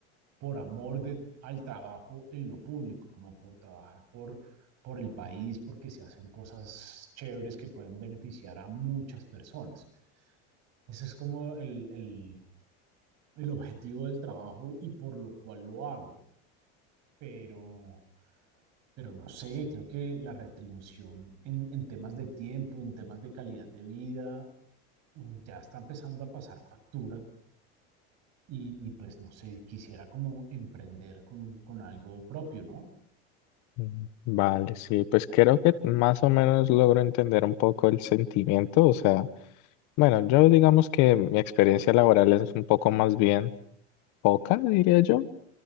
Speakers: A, on the right; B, on the left.
A: por amor de, al trabajo en lo público, como por trabajar por, por el país, porque se hacen cosas chéveres que pueden beneficiar a muchas personas. Ese es como el, el, el objetivo del trabajo y por lo cual lo hago, pero, pero no sé, creo que la retribución en, en temas de tiempo, en temas de calidad de vida, mm, ya está empezando a pasar factura y, y pues no sé, quisiera como emprender con, con algo propio, ¿no?
B: Mm, Vale, sí, pues creo que más o menos logro entender un poco el sentimiento, o sea, bueno, yo digamos que mi experiencia laboral es un poco más bien poca, diría yo.